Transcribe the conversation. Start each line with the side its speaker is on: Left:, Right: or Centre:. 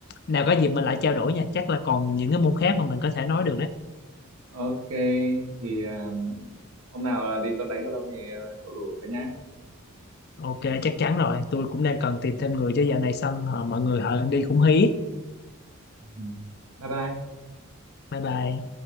Left: nào có dịp mình lại trao đổi nha chắc là còn những cái môn khác mà mình có thể nói được đấy
Right: ok thì à, hôm nào đi có đánh cầu lông thì à, cậu rủ cả nhá
Left: ok chắc chắn rồi tôi cũng đang cần tìm thêm người chứ dạo này xong ờ, mọi người họ đi cũng hí
Right: Ừ. bye bye
Left: bye bye